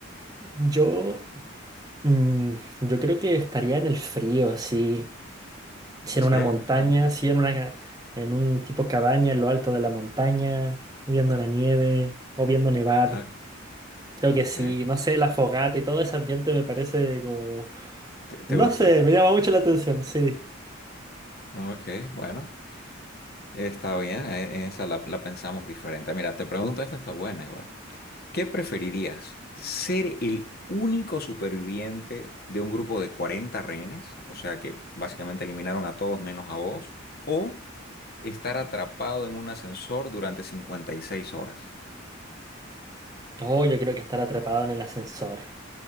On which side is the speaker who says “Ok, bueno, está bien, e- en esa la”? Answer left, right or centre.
Left